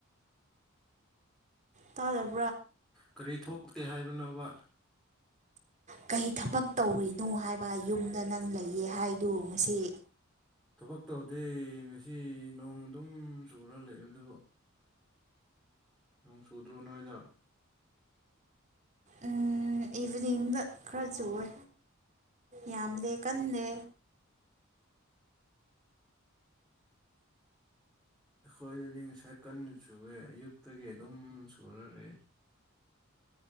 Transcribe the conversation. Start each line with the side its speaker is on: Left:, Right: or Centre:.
Right: ꯇꯥꯗꯕ
Centre: ꯀꯔꯤ ꯊꯣꯛꯇꯦ ꯍꯥꯏꯕꯅꯣꯕ
Right: ꯀꯔꯤ ꯊꯕꯛ ꯇꯧꯔꯤꯅꯣ ꯍꯥꯏꯕ ꯌꯨꯝꯗ ꯅꯪ ꯂꯩꯌꯦ ꯍꯥꯏꯗꯨ ꯉꯁꯤ
Centre: ꯊꯕꯛ ꯇꯧꯗꯦ ꯉꯁꯤ ꯅꯣꯡ ꯑꯗꯨꯝ ꯆꯨꯔ ꯂꯩꯕ ꯑꯗꯨꯕꯨ ꯅꯣꯡ ꯁꯨꯗ꯭ꯔꯣ ꯅꯣꯏꯗ
Right: ꯎꯝ ꯏꯚꯤꯅꯤꯡꯗ ꯈꯔ ꯆꯨꯋꯦ ꯌꯥꯝꯗꯦ ꯀꯟꯗꯦ
Centre: ꯑꯩꯈꯣꯏ ꯑꯗꯨꯗꯤ ꯉꯁꯥꯏ ꯀꯟꯅ ꯆꯨꯋꯦ ꯑꯌꯨꯛꯇꯒꯤ ꯑꯗꯨꯝ ꯆꯨꯔꯛꯔꯦ